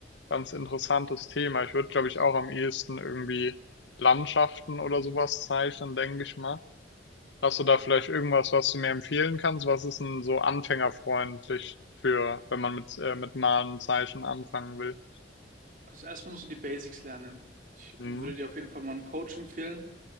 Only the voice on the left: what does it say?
ganz interessantes Thema. Ich würde, glaube ich, auch am ehesten irgendwie Landschaften oder sowas zeichnen, denke ich mal. Hast du da vielleicht irgendwas, was du mir empfehlen kannst? Was ist 'n so anfängerfreundlich für wenn man mit, äh mit Malen und Zeichnen anfangen will?
Mhm.